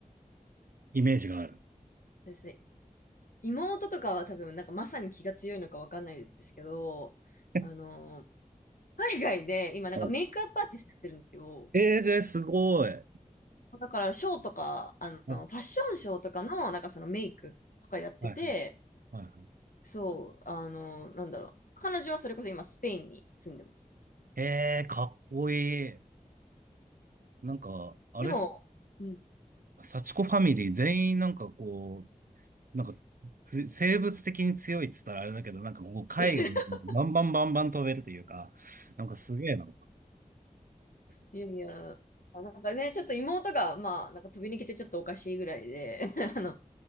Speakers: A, on the right (about 85°); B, on the left (about 75°).
A: イメージがある。
B: ですね。妹とかは多分、なんかまさに気が強いのかわかんないですけど、
A: <laughs>
B: あの、海外で今なんかメイクアップアーティストやってるんですよ。
A: おえー、すごい。
B: だからショーとか、あの、
A: お
B: ファッションショーとかのなんかそのメイクとかやってて、
A: はいはいはいは
B: そう、あの、なんだろう。彼女はそれこそ今スペインに住んでます。
A: い。えー、かっこいい。なんか、あれサ
B: でも、うん。
A: チ幸子ファミリー全員なんかこう、なんか、つ生物的に強いっつったらあれだけど、なんかこう、海外にバンバンバンバン飛べるというか、
B: <laughs>
A: なんかすげえな。
B: いやいや、あなんかね、ちょっと妹が、まあ、なんか飛び抜けてちょっとおかしいぐらいで、<laughs> あの、